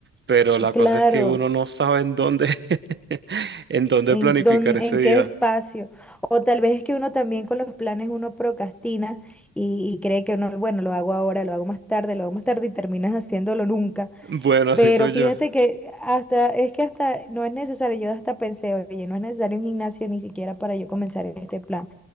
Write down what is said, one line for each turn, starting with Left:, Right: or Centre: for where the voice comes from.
Right: Pero la
Centre: claro.
Right: cosa es que uno no sabe en dónde, <laughs> en dónde
Centre: en,
Right: planificar
Centre: dón-
Right: ese
Centre: en
Right: día.
Centre: qué espacio. O tal vez es que uno también con los planes uno procrastina y, y cree que uno, bueno, lo hago ahora, lo hago más tarde, lo hago más tarde y terminas haciéndolo nunca.
Right: Bueno, así
Centre: Pero
Right: soy
Centre: fíjate
Right: yo.
Centre: que hasta, es que hasta no es necesario, yo hasta pensé, oye, no es necesario un gimnasio ni siquiera para yo comenzar este plan